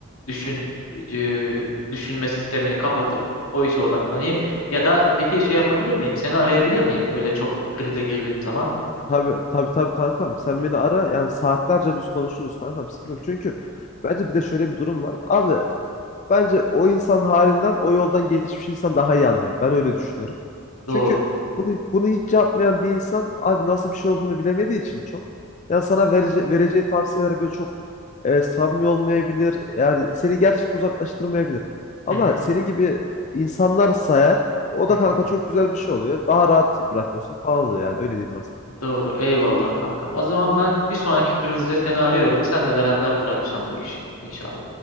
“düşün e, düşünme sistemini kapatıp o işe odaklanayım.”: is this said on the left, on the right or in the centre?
Left